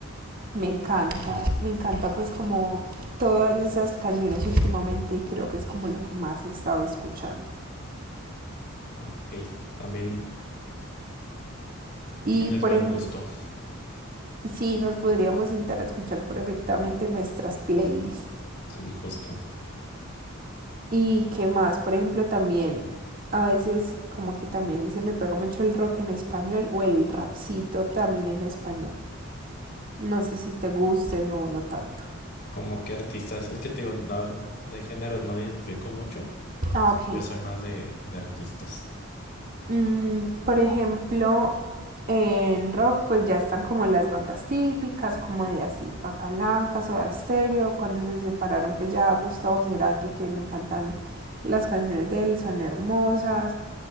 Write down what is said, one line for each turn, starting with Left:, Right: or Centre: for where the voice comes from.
Right: me encanta, me encanta pues como todas esas canciones últimamente y creo que es como lo que más he estado escuchando.
Left: Ah, ok. También
Right: Y
Left: tienes
Right: por
Left: buen
Right: ejemplo,
Left: gusto.
Right: sí, nos podríamos sentar a escuchar perfectamente nuestras playlists.
Left: Sí, justo.
Right: Y qué más, por ejemplo, también a veces como que también se me pega mucho el rock en español o el rapcito también en español. No sé si te guste no no tanto.
Left: Como qué artistas, es que te digo, la verdad, de géneros no identifico mucho.
Right: Ah, ok.
Left: Yo soy más de, de artistas.
Right: Mm, por ejemplo, en rock pues ya están como las bandas típicas, como de así, Rata Blanca, Soda Stereo, cuando se separaron pues ya Gustavo Cerati, que me encantan las canciones de él, son hermosas.